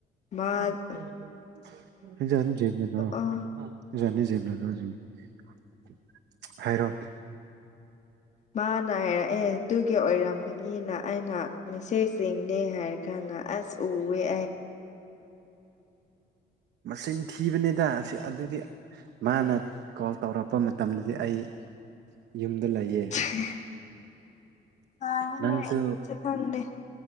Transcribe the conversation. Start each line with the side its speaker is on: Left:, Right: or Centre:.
Left: ꯃꯥꯔ
Right: <unintelligible>
Left: ꯑꯥ
Right: <unintelligible> ꯍꯥꯏꯔꯣ
Left: ꯃꯥꯅ ꯍꯥꯏꯔꯛꯑꯦ ꯇꯨꯒꯤ ꯑꯣꯏꯔꯝꯒꯅꯤꯅ ꯑꯩꯅ ꯃꯦꯁꯦꯖꯁꯤꯡ ꯍꯥꯏꯔ ꯀꯟꯗꯥ ꯑꯁ ꯎꯩꯌꯦ
Right: ꯃꯆꯤꯟ ꯊꯤꯕꯅꯤꯗ ꯑꯁꯤ ꯑꯗꯨꯗꯤ ꯃꯥꯅ ꯀꯣꯜ ꯇꯧꯔꯛꯄ ꯃꯇꯝꯗꯗꯤ ꯑꯩ ꯌꯨꯝꯗ ꯂꯩꯌꯦ
Left: <unintelligible> ꯀꯅꯥꯅꯣ
Right: ꯅꯪꯁꯨ
Left: ꯅꯣꯏ ꯑꯅꯤꯁꯦ ꯈꯪꯗꯦ